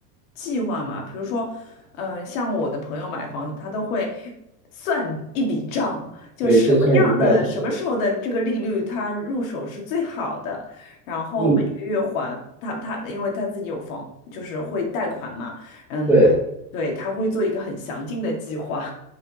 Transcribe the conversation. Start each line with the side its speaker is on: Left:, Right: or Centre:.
Left: 计划吗？比如说，嗯、像我的朋友买房子，他都会算一笔账，就什么样的、
Centre: 每天算一笔账不对。
Left: 什么时候的这个利率，他入手是最好的，然后每个月还他他，
Centre: 嗯，
Left: 因为他自己有房，就是会贷款嘛，嗯，
Centre: 对
Left: 对，他会做一个很详尽的计划。